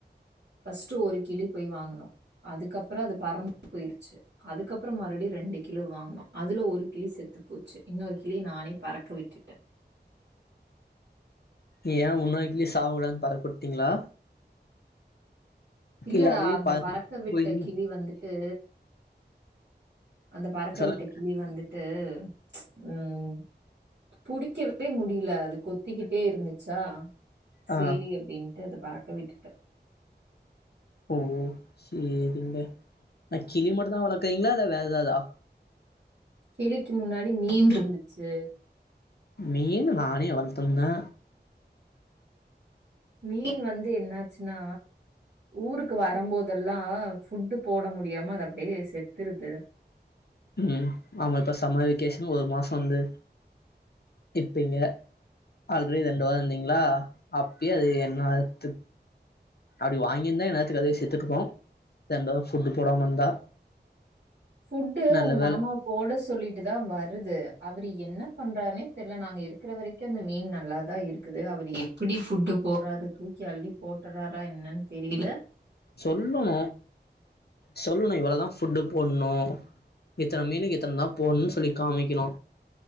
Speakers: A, on the right (about 80°); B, on the left (about 65°).
A: ஃபஸ்ட்டு ஒரு கிளி போய் வாங்குனோ அதுக்கப்புறோ அது பறந்து போய்ரிச்சி அதுக்கப்புறோ மறுபடியு ரெண்டு கிளி வாங்குனோ அதுல ஒரு கிளி செத்து போச்சி இன்னொரு கிளிய நானே பறக்க விட்டுட்டே
B: ஏ இன்னோரு கிளி சாவக்கூடாதுனு பறக்க உட்டீங்ளா
A: இல்லடா
B: இல்ல அதுவே
A: அந்த
B: பறந்து
A: பறக்க விட்ட
B: போய்
A: கிளி வந்துட்டு அந்த பறக்க
B: சொல்லுங்க
A: விட்ட கிளி வந்திட்டு ம் புடிக்கவே முடில அது கொத்திக்கிட்டே இருந்திச்சா சேரி
B: ஆ
A: அப்டின்ட்டு அத பறக்க விட்டுட்டே
B: ஓ சேரிங்க நா கிளி மட்டுதா வள திங்ளா இல்ல வேற எதாதா
A: கிளிக்கு முன்னாடி மீன் இருந்துச்சு
B: மீன் நானே வளத்து வந்தா
A: மீன் வந்து என்னாச்சினா ஊருக்கு வரும்போதெல்லா ஃபுட்டு போட முடியாம அது அப்டியே செத்துருது
B: ம் ஆமா இப்ப சம்மர் வெகேஷன் ஒரு மாசோ வந்து நிப்பீங்க ஆல்ரெடி ரெண்டு வாரோ இருந்தீங்ளா அப்பயே அது என்ன அத்து அப்டி வாங்கியிருந்தா இன்னேரத்துக்கு அதுவே செத்துட்டு இருக்கு ரெண்டு வாரோ ஃபுட்டு் போடாம இருந்தா
A: ஃபுட்டு
B: நல்ல
A: உங்க
B: வேல
A: மாமா போட சொல்லிட்டுதா வருது அவரு என்ன பண்றாருனே தெர்ல நா அங்க இருக்கற வரைக் கு அந்த மீன் நல்லாதா இருக்குது அவர் எப்டி ஃபுட்டு போட்றாரு தூக்கி அள்ளி போட்டுறாரா என்னன் தெரியில
B: சொல்லணு சொல்லணு இவ்வளதா ஃபுட்டு போடணு இத்தன மீனுக்கு இத்தன தா போடணுனு சொல்லி காமிக்கணு